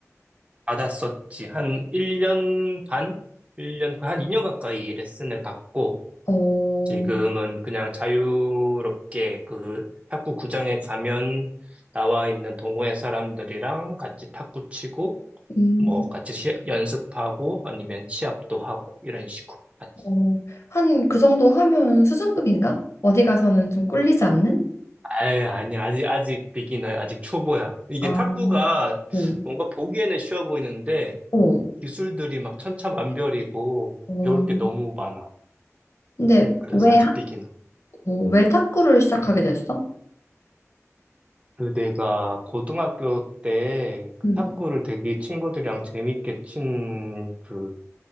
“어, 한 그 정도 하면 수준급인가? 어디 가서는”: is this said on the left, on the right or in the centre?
Left